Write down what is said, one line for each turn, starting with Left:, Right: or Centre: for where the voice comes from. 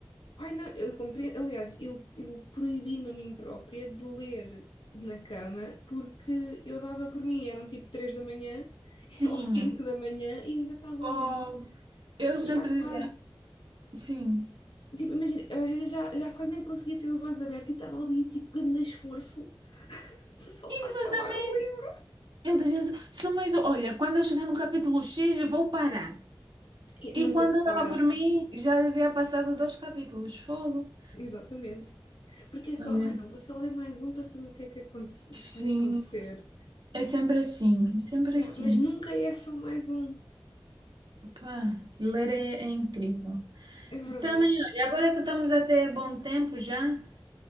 Left: ai, não, eu compreendo. Aliás, eu, eu proibi-me a mim própria de ler na cama porque eu dava por mim, eram tipo 3 da manhã <laughs>
Right: Tinha.
Left: ou 5 da manhã e eu ainda estava
Right: oh
Left: ali,
Right: Eu sempre
Left: já quase.
Right: dizia, sim.
Left: Tipo, imagina, eu às vezes já, já quase nem conseguia ter os olhos abertos e estava ali, tipo, grande esforço, <laughs> só
Right: Exatamente.
Left: para acabar o livro.
Right: Eu dizia, só mais, olha, quando eu chegar no capítulo X, eu vou parar.
Left: E
Right: E
Left: nunca
Right: quando
Left: se
Right: eu
Left: para.
Right: estava por mim, já havia passado dois capítulos. Fogo.
Left: Exatamente. Porque é só,
Right: Olha,
Left: ah não, vou só ler mais um para saber o que é que, aconte- o
Right: sim.
Left: que é que vai acontecer.
Right: É sempre assim, é sempre
Left: Yeah,
Right: assim.
Left: mas nunca é só mais um.
Right: Pá, ler é, é incrível.
Left: É verdade,
Right: Também, olha, agora que estamos até bom tempo já.